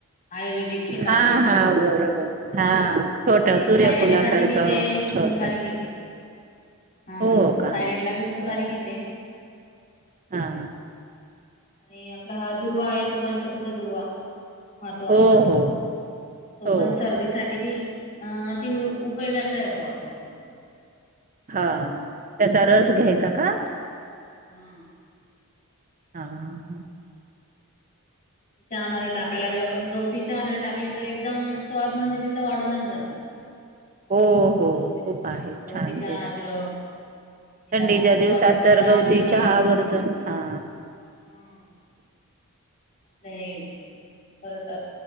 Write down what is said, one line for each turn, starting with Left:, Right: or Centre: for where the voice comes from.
Left: आयुर्वेदिक शेतामध्ये,
Right: हा हा बरोबर हा छोट
Left: ते
Right: सूर्यफुलासारखं
Left: थायरॉइड साठी बी ते गु
Right: छोट
Left: गुणकारीक आहे ते, हा
Right: हो का
Left: थायरॉइटला बी गुणकारीक
Right: बर
Left: आहे ते
Right: हा
Left: आणि आपला हा दुर्वा येतो गणपतीचा दुर्वा वाहतो आपण,
Right: हो हो
Left: तो
Right: हो
Left: पण सर्दीसाठी बी अं अति उपयोगाचा आहे बो वा तो.
Right: हा त्याचा रस घ्यायचा का?
Left: हम्म
Right: हा हा हा
Left: चहा मध्ये टाकायला बी आपण गवती ति चहात जर टाकली तर एकदम स्वाद म्हणजे तिचा वाढूनच जातो.
Right: हो हो हो
Left: गवती
Right: हो खूप
Left: हा
Right: आहे
Left: गवती
Right: छान
Left: चहा
Right: ते.
Left: अद्रक हे
Right: थंडीच्या
Left: टाकून तर
Right: दिवसात
Left: स्वाद वेगळा
Right: तर
Left: दालचिनी
Right: गवती चहा आवर्जून हा
Left: <unintelligible> आपलं हे परत